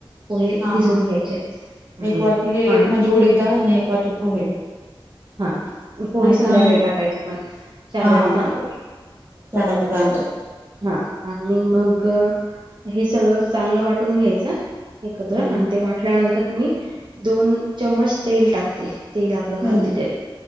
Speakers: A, on the right; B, on the right.
A: पोहे
B: हा
A: भिजवून
B: हा
A: घ्यायचे चांगले
B: एक वाटी हे
A: पाण्यात
B: म्हणजे उडीद डाळ आणि एक वाटी पोहे
A: हा पोहे
B: आणि
A: संध्याकाळी
B: तांदूळ
A: टा कायचे पण चार
B: हा
A: वाटी
B: हा
A: तांदुळ
B: चार वाटी तांदूळ
A: हा आणि मग हे सगळं चांगल वाटून घ्यायचं एकत्र
B: हम्म
A: आणि ते वाटल्यानंतर मी दोन चमच तेल टाकते तेल आपलं खाद्य
B: हम्म
A: तेल